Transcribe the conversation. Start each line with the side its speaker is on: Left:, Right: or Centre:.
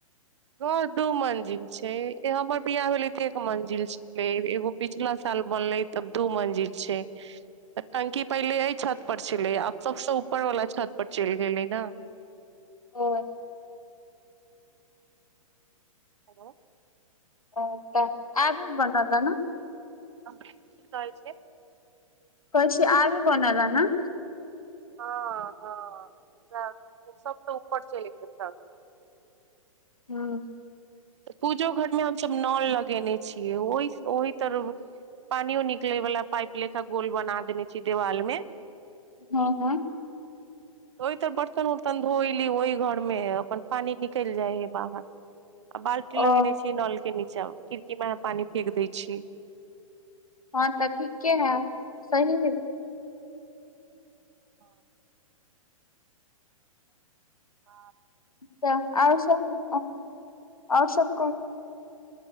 Right: घर दू मंजिल छै हमर बियाह भेलै त एक मंजिल छलै एगो पिछला साल बनलै तब दू मंजिल छै तऽ टंकी पहिले एहि छत पर छलै आब सबसँ ऊपर वाला छत पर चलि गेलै न
Left: ओर
Right: हेलो
Left: ओ त आबे बन न
Right: की कहै छै <unintelligible>
Left: कहैछीयै आबे बनल न
Right: हँ हँ सब स ऊपर चलि गेल
Left: हँ
Right: तऽ पूजो घर मे हमस नल लगेने छियै ओ ओहि ओहि तरह पानियो निकले वाला पाइप लेखा गोल बना देने छी देवाल मे
Left: हँ हँ
Right: ओहि तर बर्तन उर्तन धोयली ओहि घर मे हयअपन पानि निकलि जाइ हइ बाहर आ बाल्टीन
Left: ओ
Right: लगेने छी नल के नीचा खिड़की में पानी फेेक दय छी
Left: हँ तऽ ठीके हए सही ह
Right: हँ बाप रे
Left: छा आओर सब आओर सब कोन <unintelligible>